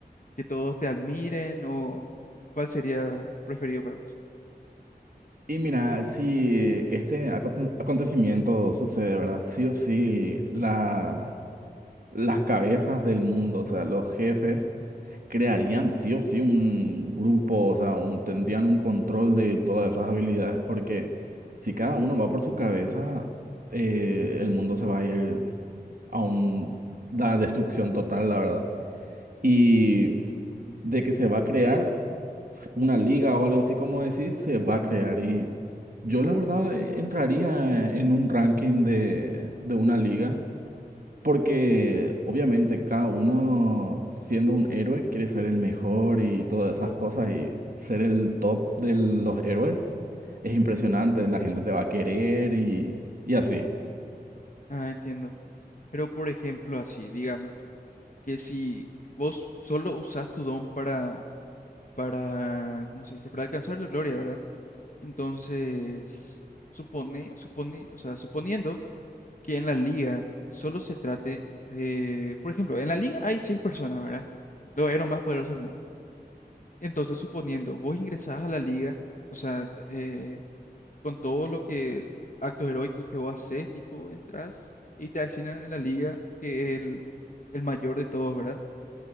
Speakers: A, on the left (about 50°); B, on the right (about 60°).
A: ¿Que todos te admiren? ¿O cuál sería preferido para vos?
B: Y mira, si este aconte- acontecimiento sucede, ¿verdad? Sí o sí, la, las cabezas del mundo, o sea, los jefes, crearían sí o sí un grupo, o sea, un- tendrían un control de todas esas habilidades, porque si cada uno va por su cabeza, eh, el mundo se va a ir a un- la destrucción total, la verdad. Y de que se va a crear una liga o algo así como decís, se va a crear. Y yo la verdad eh, entraría en un ranking de, de una liga, porque obviamente cada uno siendo un héroe quiere ser el mejor y todas esas cosas y ser el top de los héroes. Es impresionante, la gente te va a querer y, y así.
A: Ah, entiendo. Pero por ejemplo, así, digamos, que si vos solo usás tu don para, para, ¿cómo se dice? Para alcanzar la gloria, ¿verdad? Entonces, supone, supone, o sea, suponiendo que en la liga solo se trate de, por ejemplo, en la liga hay seis personas, ¿verdad? Los héroes más poderosos del mundo. Entonces, suponiendo, vos ingresás a la liga, o sea, eh, con todo lo que, actos heroicos que vos haces, tipo, entras y te asignan en la liga que el, el mayor de todos, ¿verdad?